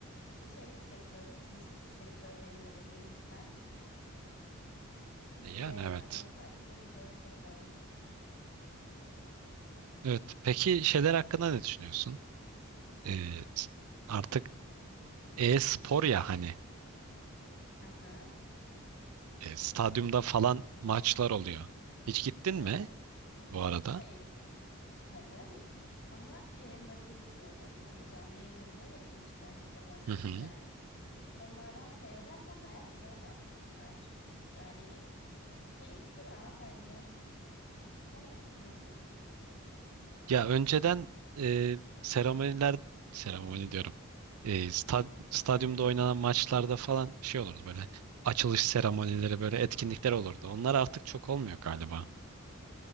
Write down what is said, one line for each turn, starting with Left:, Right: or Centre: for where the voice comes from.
Left: O şey bir sektör, bitmeyecek bir sektör belli uzun bir süre. Biz
Right: E, yani
Left: de yayınlardan
Right: evet.
Left: takip edeceğiz bakalım.
Right: Evet peki şeyler hakkında ne düşünüyorsun? E, s- artık e-spor ya hani
Left: Aha,
Right: e, stadyumda falan maçlar oluyor. Hiç gittin
Left: evet.
Right: mi bu arada?
Left: Hayır gitmedim ama yayınlarını izliyordum. Hani canlı yayın veriliyor ya Twitch'te ya da Kick'te.
Right: Hı hı.
Left: Onlardan seyrederken baya güzel bir atmosfer. Yani keyifli ya bence. Sen ne düşünüyorsun?
Right: Ya önceden e, seremoniler seremoni diyorum. E, sta- stadyumda oynanan maçlarda falan şey olurdu böyle açılış seremonileri böyle etkinlikler olurdu. Onlar artık çok olmuyor galiba.